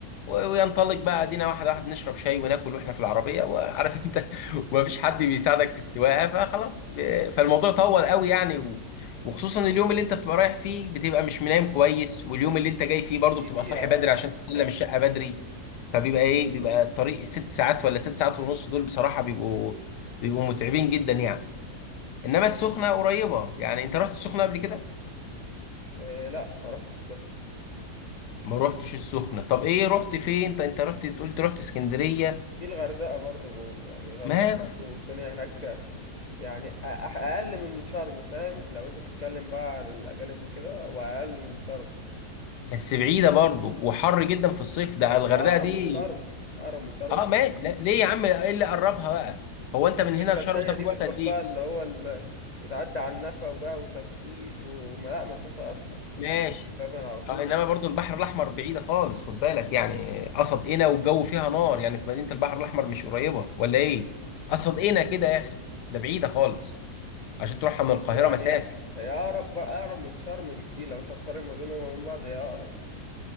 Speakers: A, on the left; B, on the left.
A: و- وينطلق بقى ادينا واحد واحد نشرب شاي وناكل واحنا في العربيه وعارف انت <laughs> ومفيش حد بيساعدك في السواقه فخلاص ب... فالموضوع طول قوي يعني و... وخصوصا اليوم اللي انت بتبقى رايح فيه بتبقى مش منام كويس واليوم اللي انت جاي فيه برضه
B: دي
A: بتبقى
B: دي
A: صاحي
B: اه
A: بدري عشان تسلم الشقه بدري فبيبقى ايه بيبقى الطريق ست ساعات ولا ست ساعات ونص دول بصراحه بيبقوا بيبقوا متعبين جدا يعني انما السخنه قريبه يعني انت رحت السخنه قبل كده
B: إيه لا ما رحتش السخنه
A: ما روحتش السخنه طب ايه رحت فين انت انت رحت قلت رحت اسكندريه
B: في الغردقه برضو يعني الغردقه
A: ما
B: برضو الدنيا هناك يعني أ- أح- اقل من شرم فاهم لو انت بتتكلم بقى على الاجانب وكده واقل من شرم
A: بس بعيده برضو وحر جدا في الصيف ده
B: بس
A: الغردقه
B: اقرب
A: دي
B: من شرم اقرب من شرم
A: اه
B: بكتير
A: ماشي لا، ليه يا عم ايه اللي قربها بقى هو انت
B: الفكرة
A: من هنا لشرم
B: التانية
A: تاخد
B: دي بتروح
A: وقت قد ايه
B: بقى اللي هو ال... بتعدي على النفق وبقى وتفتيش وما لا مسافة أكتر لكن
A: ماشي
B: أنت بتعمل على طول
A: آه انما برضو البحر الاحمر بعيده خالص خد بالك يعني قصد قنا والجو فيها نار يعني في مدينه البحر الاحمر مش قريبه ولا ايه قصد قنا كده يا اخي ده بعيده خالص عشان
B: بس
A: تروحها من
B: برضه
A: القاهره
B: يعني
A: مسافه
B: هي هي أقرب بقى أقرب من شرم بكتير لو أنت هتقارن ما بينهم وما بين بعض هي أقرب